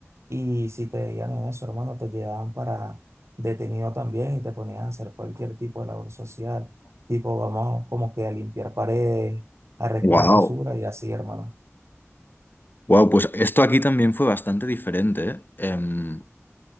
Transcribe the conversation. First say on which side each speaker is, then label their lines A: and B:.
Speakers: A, on the right; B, on the left.
A: y si te veían en eso, hermano, te llevaban para detenido también y te ponían a hacer cualquier tipo de labor social, tipo vamos como que a limpiar paredes, a recoger
B: Wow.
A: basura y así, hermano.
B: Wow, pues esto aquí también fue bastante diferente, ¿eh? Em,